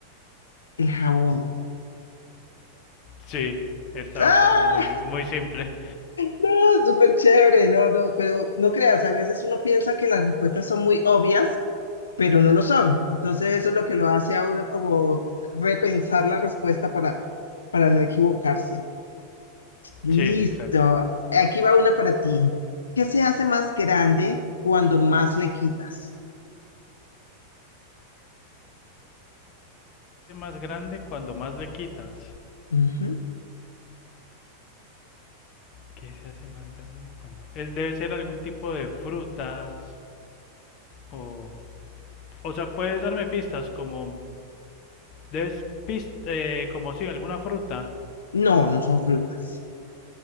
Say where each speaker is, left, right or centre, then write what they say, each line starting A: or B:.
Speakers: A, on the left (about 70°); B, on the left (about 40°).
A: El jabón.
B: Sí, está
A: ¡Ah!
B: un poco muy, muy simple.
A: No, súper chévere, no, no, pero no creas, a veces uno piensa que las respuestas son muy obvias pero no lo son. Entonces eso es lo que lo hace a uno como repensar la respuesta para, para no equivocarse. Listo,
B: Sí, exacto.
A: aquí va una para ti. ¿Qué se hace más grande cuando más le quitas?
B: Es Más grande cuando más le quitas.
A: Ujú.
B: ¿Qué se hace más grande cuando...? Es, debe ser algún tipo de frutas o... O sea, puedes darme pistas como... Debes pist, eh, como si alguna fruta.
A: No, no son frutas.